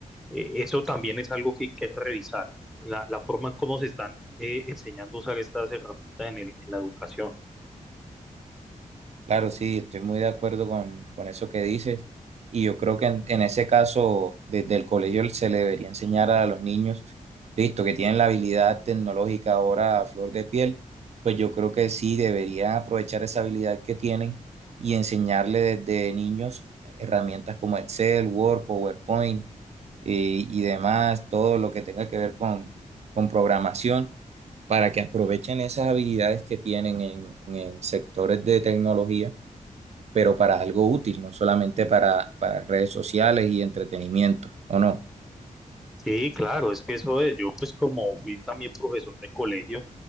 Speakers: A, in the centre; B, on the right (about 55°).
A: eh, eso también es algo que hay que revisar, la, la forma en cómo se están eh, enseñando a usar estas herramientas en, el- en la educación.
B: Claro, sí, estoy muy de acuerdo con, con eso que dices. Y yo creo que en, en ese caso, desde el colegio se le debería enseñar a los niños, listo, que tienen la habilidad tecnológica ahora a flor de piel, pues yo creo que sí deberían aprovechar esa habilidad que tienen y enseñarle desde niños herramientas como Excel, Word, PowerPoint eh, y demás, todo lo que tenga que ver con, con programación, para que aprovechen esas habilidades que tienen en en sectores de tecnología pero para algo útil, no solamente para, para redes sociales y entretenimiento, ¿o no?
A: Sí, claro, es que eso es, yo pues como fui también profesor de colegio